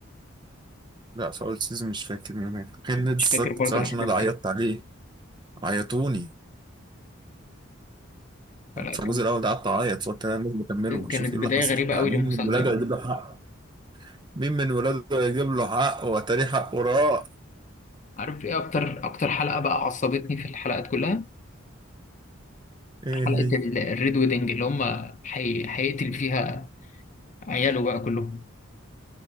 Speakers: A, on the right; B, on the left.
A: لا في أول سيزون مش فاكر مين مات كان نادي
B: مش
A: الصك
B: فاكر برضو
A: بصراحة
B: الأحداث
A: عشان أنا عيطت
B: أوي
A: عليه عيطوني
B: فلا
A: في الجزء
B: كانت
A: الأول ده قعدت أعيط فقلت أنا لازم أكمله وأشوف
B: كانت
A: إيه اللي
B: بداية
A: حصل
B: غريبة
A: مين
B: أوي للمسلسل
A: المراجع
B: يعني
A: يجيب له حقه مين من ولاده هيجيب له حق وتاريخ حق وراه
B: عارف إيه أكتر أكتر حلقة بقى عصبتني في الحلقات كلها
A: ايه
B: حلقة
A: هي
B: ال- الريد ويدنج اللي هم حي... هيقتل فيها عياله بقى كلهم